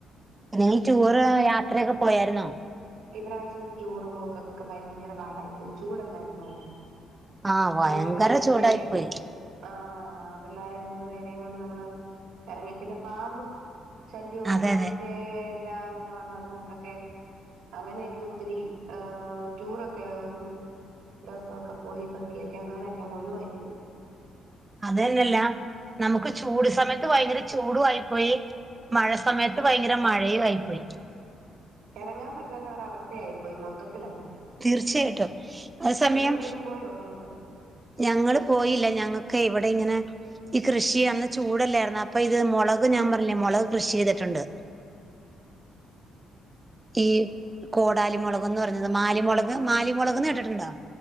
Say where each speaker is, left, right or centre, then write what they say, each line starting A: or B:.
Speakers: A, on the right (about 20°); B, on the right (about 80°).
A: നീ ടൂറ് യാത്രയൊക്കെ പോയാര്ന്നോ?
B: ഇപ്രാവശ്യം ടൂറ് പോക്കൊക്കെ ഭയങ്കര പാടായി പ്പോയി. ചൂടല്ലായിരുന്നോ?
A: ആഹ് ഭയങ്കര
B: പിള്ളാരെ മൂന്ന്
A: ചൂടായി
B: പേരേ
A: പോയി
B: ആഹ് പിള്ളാരെ മൂന്ന് പേരേം കൊണ്ട് നമ്മള് എറങ്ങി പിന്നെ പാമ്പ് ശല്യവും
A: അതെ
B: പാമ്പിന്റെ
A: അതെ
B: എല്ലാ അങ്ങനെ വന്നത് കൊണ്ടൊക്കെ അങ്ങനെയെക്കെ ഒത്തിരി ഏഹ് ടൂറൊക്കെ ഒരു ദിവസൊക്കെ പോയി പെറ്ക്കിയെക്കെ ങ്ങനെയെക്കൊന്നൊഴിവായി പോയി.
A: അതെന്നല്ല നമക്ക് ചൂട് സമയത്ത് ഭയങ്കര ചൂടുവായിപ്പോയി മഴ സമയത്ത് ഭയങ്കര മഴയുവായി പോയി.
B: എറങ്ങാമ്പറ്റാത്തൊരവസ്ഥയായിപ്പോയി മൊത്തത്തിലങ്.
A: തീർച്ചയായിട്ടും അ സമയം
B: എവിടേലും പോയോ ടൂറ്
A: ഞങ്ങള് പോയില്ല ഞങ്ങക്ക് ഇവടെ ഇങ്ങനെ ഈ കൃഷി അന്ന് ചൂടല്ലായിര്ന്നോ അപ്പൊ ഇത് മൊളക് ഞാം പർഞ്ഞില്ലേ മൊളക് കൃഷി ചെയ്ത്ട്ട്ണ്ട്. ഈ കോടാലി മൊളകൊന്ന് പർഞ്ഞത് മാലിമൊളക് മാലിമൊളകെന്ന് കേട്ട്ട്ട്ണ്ടാ?